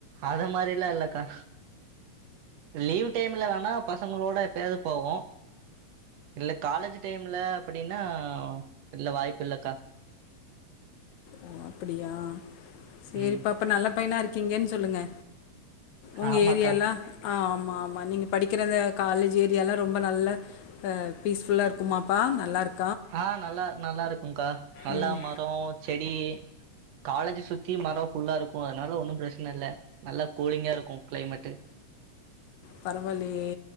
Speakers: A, on the right; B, on the left.
A: அதமாரிலா இல்லக்கா லீவு டைம்ல வேணா பசங்களோட எப்யாவது போவோம் இல்ல காலேஜ் டைம்ல அப்டின்னா இல்ல வாய்ப்பு இல்லக்கா
B: ஓ அப்டியா செரிப்பா
A: ம்
B: அப்ப நல்ல பைனா இருக்கீங்கனு சொல்லுங்க உங்க
A: ஆமாக்கா
B: ஏரியால்லா ஆ ஆமா ஆமா நீங்க படிக்கிற அந்த காலேஜ் ஏரியால்ல ரொம்ப நல்ல பீஸ் ஃபுல்லா இருக்குமாப்பா நல்லாருக்கு
A: ஆ நல்லா நல்லா இருக்கேக்கா நல்லா
B: ம்
A: மரோ செடி காலேஜு சுத்தி மரோ ஃபுல்லா இருக்கு அத்னால ஒன்னு ப்ரஷ்னல்ல நல்லா கூலிங்கா இருக்கு க்லைமேட்டு
B: பரவாயில்லயே